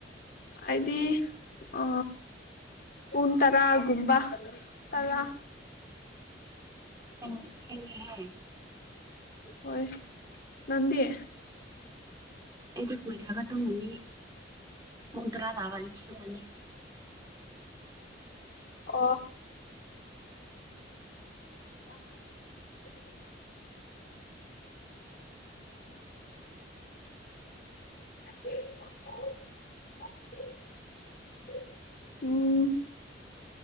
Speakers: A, on the left (about 50°); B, on the right (about 20°).
A: ꯑꯩꯗꯤ ꯑ ꯄꯨꯡ ꯇꯔꯥꯒꯨꯝꯕ ꯇꯜꯂꯥ
B: ꯍ <unintelligible> ꯍꯥꯏ
A: ꯍꯣꯏ ꯅꯥꯡꯗꯤ
B: ꯑꯩꯗꯤ ꯀꯨꯏꯗ꯭ꯔꯒ ꯇꯝꯒꯅꯤ
A: ꯎ
B: ꯄꯨꯡ ꯇꯔꯥ ꯊꯥꯕ ꯑꯩꯁꯨꯃꯅꯤ
A: ꯑꯣ <inaudible> ꯍ <inaudible> ꯈ <inaudible> ꯎꯝ ꯎꯝ